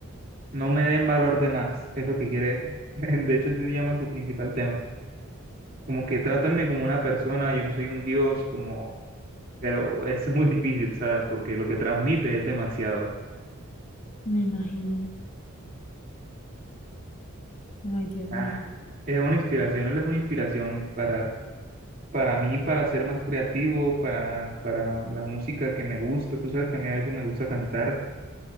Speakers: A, on the right; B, on the left.
A: No me den valor de más, es lo que quiere, <laughs> de hecho sí se llama su principal tema. Como que trátame como una persona, yo no soy un dios, como, pero es muy difícil, ¿sabes? Porque lo que transmite es demasiado.
B: Me imagino. Ay, Dios
A: Ah,
B: mío,
A: es una inspiración, él es una inspiración para, para mí, para ser más creativo, para, para la música que me gusta. Tú sabes que a mí a veces me gusta cantar,